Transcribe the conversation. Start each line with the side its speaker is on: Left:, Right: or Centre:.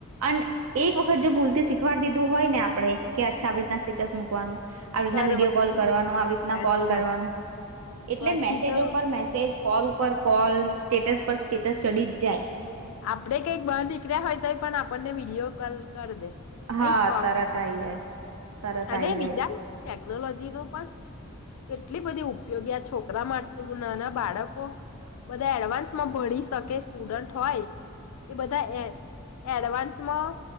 Right: અન્ એ વખત ખત જો ભૂલતી શીખવાડી દીધું હોય ને આપણે કે અચ્છા આવી રીતના સ્ટેટસ મૂકવાનું આવી રીતના
Left: કરવા
Right: વિડીયો કોલ કરવાનું આવી રીતના
Left: સાચી
Right: કોલ
Left: વાત
Right: કરવાનું
Left: છે
Right: એટલે
Left: પછી
Right: મેસેજો
Left: તો
Right: પર મેસેજ કોલ ઉપર કોલ સ્ટેટસ પર સ્ટેટસ ચડી જ જાય.
Left: આપડે કંઈક બહાર નીકળ્યા હોય તોય પણ આપણને વિડીયો કોલ કરી દે. કઈ
Right: હા
Left: છો એમ
Right: તરત આઈ જાય તરત
Left: અને
Right: આઈ
Left: વિચાર
Right: જાય
Left: ટેકનોલોજી ન પણ કેટલી બધી ઉપયોગી છોકરી મા માટે નાના બાળકો બધા એડવાન્સ માં ભળી શકે. સ્ટુડન્ટ હોય એ બધા એ એડવાન્સમાં